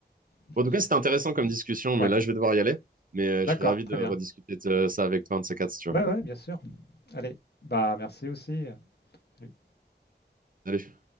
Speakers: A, on the left; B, on the right.
A: Je
B: Bon, en tout
A: sais
B: cas, c'était
A: pas.
B: intéressant comme discussion, mais
A: Ouais,
B: là, je vais devoir y aller. Mais euh,
A: d'accord,
B: je serais ravi
A: très
B: de rediscuter
A: bien.
B: de euh, ça avec toi, un de ces quatre, si tu veux.
A: Ouais, ouais, bien sûr. Allez, bah merci aussi. Salut.
B: Salut.